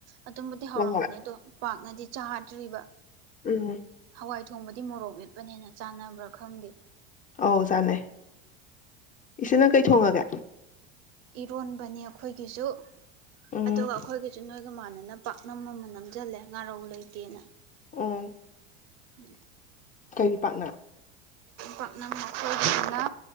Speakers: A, on the right (about 55°); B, on the left (about 25°).
A: ꯑꯗꯨꯝꯕꯨꯗꯤ ꯍꯧꯔꯝꯒꯅꯤ
B: ꯍꯣꯏ ꯍꯣꯏ
A: ꯑꯗꯣ ꯄꯥꯝ ꯅꯗꯤ ꯆꯥꯗ꯭ꯔꯤꯕ
B: ꯎꯝ
A: ꯍꯥꯋꯏ ꯊꯣꯡꯕ ꯇꯤ ꯃꯣꯔꯣꯛ ꯃꯦꯠꯄꯅꯤꯅ ꯆꯥꯟꯅꯕ꯭ꯔꯥ ꯈꯪꯗꯦ
B: ꯑꯧ ꯆꯥꯅꯩ ꯏꯆꯦ ꯅꯪ ꯀꯩ ꯊꯣꯡꯉꯒꯦ
A: ꯏꯔꯣꯟꯕꯅꯤ ꯑꯩꯈꯣꯏꯒꯤꯁꯨ
B: ꯎꯝ
A: ꯑꯗꯨꯒ ꯑꯩꯈꯣꯏꯒꯤꯁꯨ ꯅꯣꯏꯒ ꯃꯥꯟꯅꯅꯕ ꯅꯝꯃ ꯅꯝꯖꯜꯂꯦ ꯉꯥꯔꯧ ꯂꯩ ꯇꯦꯟꯅ
B: ꯎꯝ
A: ꯎꯝ
B: ꯀꯔꯤ ꯄꯥꯛꯅ
A: ꯄꯥꯛꯅꯝ ꯑꯩꯈꯣꯏꯒꯤꯅ